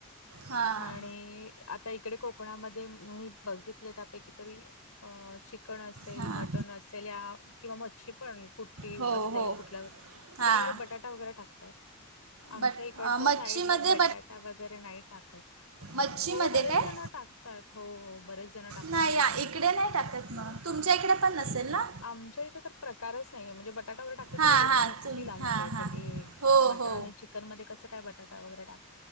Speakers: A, on the right (about 75°); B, on the left (about 80°).
A: हां
B: आणि आता इकडे कोकणामध्ये, मी बघितले त्यापैकी तरी. अ चिकन असेल
A: हां
B: मटण असेल या, किंवा मच्छी पण कुठी
A: हो
B: असते
A: हो
B: कुठल्या. त्याच्यामध्ये
A: हां
B: बटाटा वगैरे टाकतात आमच्या
A: बट
B: इकडच्या
A: अं, मच्छीमध्ये
B: साईडला बटाटा वगैरे नाही <unintelligible>
A: मच्छीमध्ये
B: हो बरेच
A: काय
B: जण टाकतात हो, हो बरेच जण टाकतात.
A: नाही या इकडे नाही टाकत मग तुमच्या इकडे पण नसेल ना.
B: आमच्या इथे तर प्रकारच नाहीये बटाटा वगैरे टाकता
A: हां
B: तर हे लोकं
A: हां
B: हसतील
A: तुम
B: आमच्या
A: हां
B: इथले
A: हां
B: की हे
A: हो
B: मटणीची
A: हो
B: चिकन मध्ये कसं काय, बटाटा वगैरे टाक